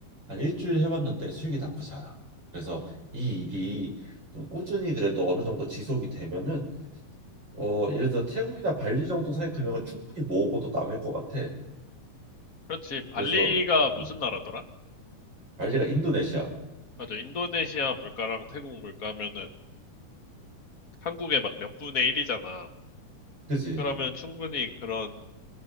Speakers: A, on the right; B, on the left.
A: 한 일주일 해봤는데 수익이 나쁘지 않아. 그래서 이 일이 좀 꾸준히 그래도 어느 정도 지속이 되면은 어 예를 들어 태국이나 발리 정도 사이 금액은 충분히 모으고도 남을 것 같아.
B: 그렇지. 발리가
A: 그래서
B: 무슨
A: 음,
B: 나라더라?
A: 발리가 인도네시아,
B: 맞아. 인도네시아 물가랑 태국 물가면은 한국의 막 몇 분의 1이잖아.
A: 그지?
B: 그러면 충분히 그런